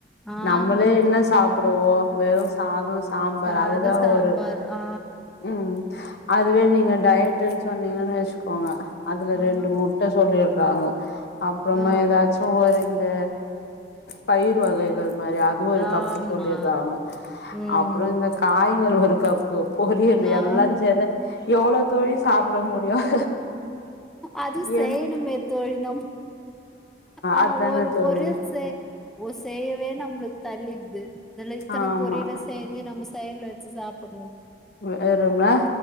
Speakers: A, in the centre; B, on the left (about 70°).
A: ஆமா
B: நம்மளே
A: தோ
B: என்ன சாப்பிடுவோ வெறும் சாதம் சாம்பார்
A: சாதோ
B: அதுதான்
A: சாம்பார்
B: ஒரு
A: ஆ
B: உம் அதுவே நீங்க டயட்ன்னு சொன்னீங்கன்னு வச்சுக்கோங்க அதுல
A: ஆ
B: ரெண்டு முட்டை சொல்லிரு அப்புறமா
A: ஆ
B: ஏதாச்சும் ஒரு இந்த பயிர் வகைகள் மாரி அது ஒரு
A: ஆமா
B: கப்பு சொல்லிடுறாங்க
A: ம்
B: அப்புறம் இந்த காய்கள் ஒரு கப்பு பொரியல்லு
A: ஆமா
B: எல்லாம் சேந்து எவ்வளோ தோழி சாப்பிட முடியும்
A: அது செய்யணுமே
B: என்
A: தோழி நம் அங்க
B: அதான
A: ஒரு
B: தோழி
A: பொரியல் செ ஓ செய்யவே நம்பளுக்கு தள்ளிடுது இதுல்ல இத்தனை
B: ஆமா
A: பொரியல செஞ்சு நம்ம சைட்ல வச்சு சாப்ப
B: வெறும்னா